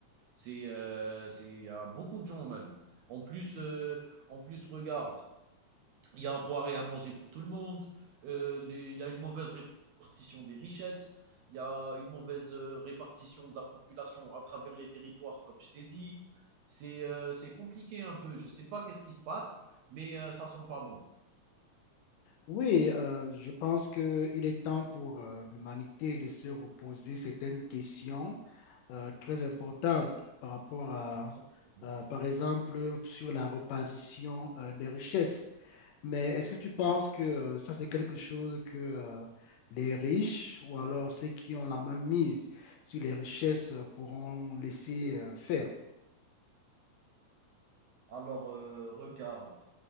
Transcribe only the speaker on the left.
Oui, euh, je pense qu'il est temps pour euh, l'humanité de se reposer certaines questions euh, très importante par rapport à,
à, par exemple, sur la répartition euh, des richesses. Mais est-ce que tu penses que euh, ça, c'est quelque chose que euh, les riches ou alors ceux qui ont la main mise sur les richesses euh, pourront laisser euh, faire?